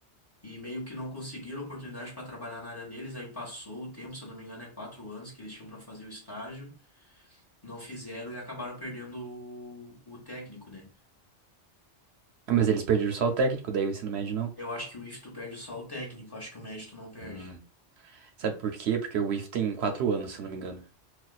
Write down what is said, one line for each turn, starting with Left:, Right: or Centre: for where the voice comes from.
Left: e meio que não conseguiram oportunidade para trabalhar na área deles, aí passou o tempo, se eu não me engano, é quatro anos que eles tinham para fazer o estágio, não fizeram e acabaram perdendo o, o técnico, né?
Right: Ah, mas eles perderam só o técnico, daí o ensino médio não.
Left: Eu acho que o IFE tu perde só o técnico, acho que o médio tu não perde.
Right: Hum. Sabe por quê? Porque o IF tem quatro anos, se eu não me engano.